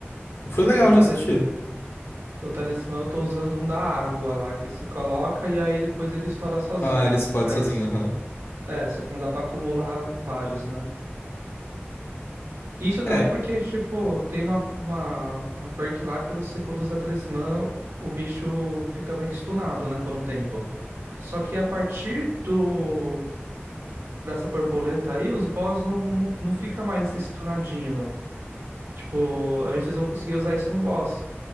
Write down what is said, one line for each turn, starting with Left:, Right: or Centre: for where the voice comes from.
Left: Foi legal
Right: O talis...
Left: de assistir.
Right: o talismã eu tô usando um da água lá, que se coloca e aí depois ele estoura sozinho.
Left: Ah, ele explode
Right: Mas
Left: sozinho, aham.
Right: É, só que não dá pra acumular vários, né? Isso
Left: É,
Right: também porque, tipo, tem uma, uma, uma perk lá que você, quando usa talismã, o bicho fica meio que stunado, né, por um tempo. Só que a partir do dessa borboleta aí, os boss não, não, não fica mais stunadinho. Tipo, antes eu conseguia usar isso no boss.